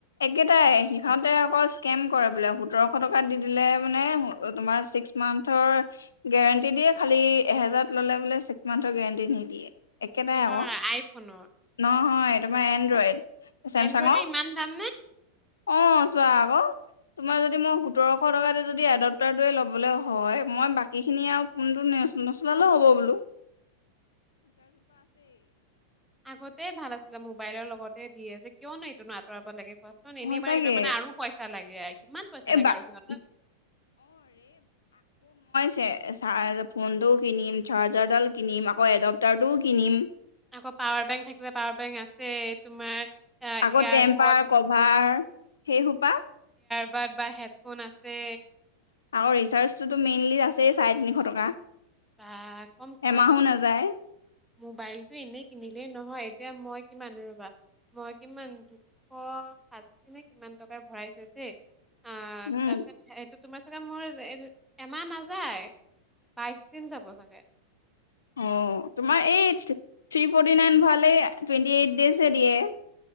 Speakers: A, on the left (about 70°); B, in the centre.
A: একেটাই সিহঁতে আকৌ স্কেম কৰে বোলে, সোতৰশ টকা দি দিলে মানে তোমাৰ ছিক্স মান্থৰ গেৰেণ্টি দিয়ে, খালি এহেজাৰত ললে বোলে ছিক্স মান্থৰ গেণ্টি নিদিয়ে। একেটাই
B: কিহৰ
A: আঁক
B: আইফোনৰ
A: নহয় তোমাৰ এনড্ৰইড। চেমচাঙৰ,
B: এনড্ৰইডৰ ইমান দাম
A: অঁ চোৱা আঁক! তোমাৰ যদি মই সোতৰশ টকা যদি যদি এডপটাৰোটোৱে ল'বলৈ হয়, মই বাকীখিনি আৰু ফোনটো নচলালে হ'ব বোলোঁ।
B: আগতেই ভাল আছিলে, মোবাইলৰ লগত দিয়ে যে কিয় নো এতিয়ানো আতৰাব লাগে। কচোন এনেই
A: সঁচাকে
B: মানে, সেইটো মানে, আৰু পইচা লাগে। কিমান পইচা
A: এই
B: লাগে
A: বা
B: আৰু সিহঁতক।
A: চাৰ, ফোনটোও কিনিম, চাৰ্জাৰডালো কিনিম, আকৌ এডপ্টাৰটোও কিনিম।
B: আকৌ পাৱাৰ বেংক থাকিলে পাৱাৰ বেংক আছে, তোমাৰ আ
A: আকৌ
B: এয়াৰপড
A: টেম্পাৰ, কভাৰ সেই সোপা
B: কাৰবাৰ বা হেডফোন আছে।
A: আকৰ ৰিচাৰ্জটোতো মেইনলি আছেই চাৰে তিনিশ টকা।
B: বা কম খৰচ
A: এমাহো
B: যে
A: নাযায়
B: মোবাইলটো এনেই কিনিলেই নহয়, এতিয়া মই কিমান ৰবা, মই কিমান দুশ ষাঠি ন কিমান টকাৰ ভৰাই থৈছো দেই। অ'
A: উম
B: তাৰপিছত সেইটো তোমাৰ চাগে মোৰ এমাহ নাযায়, বাই চ দিন যাব চাগে।
A: অ তোমাৰ এই থ্ৰী ফৰ্টি নাইন ভৰালেই টুৱেণ্টি এইট ডজে হে দিয়ে।